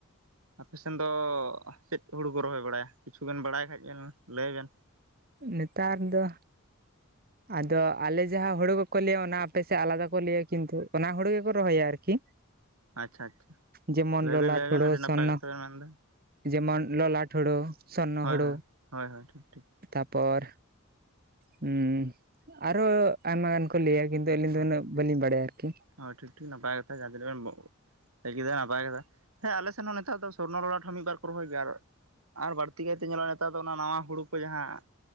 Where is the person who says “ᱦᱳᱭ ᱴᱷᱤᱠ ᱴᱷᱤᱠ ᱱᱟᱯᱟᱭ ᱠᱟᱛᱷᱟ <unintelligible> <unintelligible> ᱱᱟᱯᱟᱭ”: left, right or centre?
Right